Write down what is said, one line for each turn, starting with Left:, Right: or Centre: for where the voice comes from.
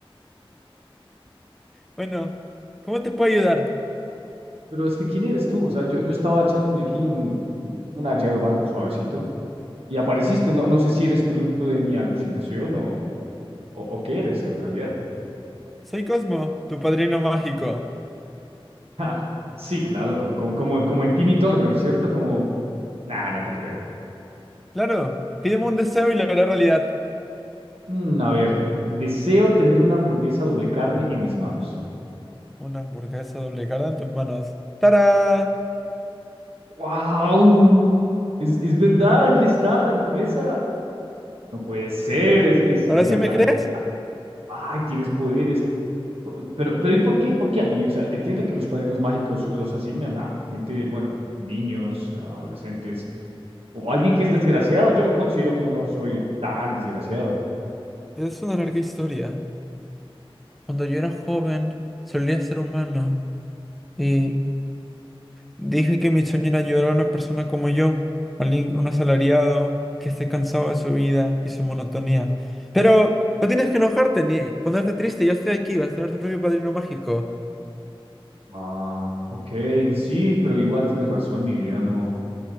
Centre: Bueno, ¿cómo te puedo ayudar?
Right: Pero es que, ¿quién eres tú? O sea, yo, yo estaba echándome aquí un- una hierba suavecito y apareciste. No, no sé si eres producto de mi alucinación o, o, o qué eres en realidad.
Centre: Soy Cosmo, tu padrino mágico.
Right: <laughs> sí, claro, co- como, como, como en Timmy Turner, ¿cierto? Como, nada, no te creo.
Centre: Claro, pídeme un deseo y lo haré realidad.
Right: Mm, a ver, deseo tener una hamburguesa doble carne en mis manos.
Centre: Una hamburguesa doble cara en tus manos. ¡Tarán!
Right: ¡Wow! Es, es verdad, aquí está la hamburguesa. No puede ser, es, es
Centre: ¿Ahora
Right: en verdad.
Centre: sí me crees?
Right: Ay, tienes poderes. O- Pero, pero ¿y por qué? ¿Por qué a mí? O sea, entiendo que los padrinos mágicos los asignan a gente, bueno, niños, adolescentes, o alguien que es desgraciado. Yo considero que no soy tan desgraciado.
Centre: Es una larga historia. Cuando yo era joven, solía ser humano y Dije que mi sueño era ayudar a una persona como yo, alguien, un asalariado que esté cansado de su vida y su monotonía. Pero no tienes que enojarte ni ponerte triste, yo estoy aquí, vas a tener tu propio padrino mágico.
Right: Ah, ok, sí, pero igual tienes razón, mi vida no,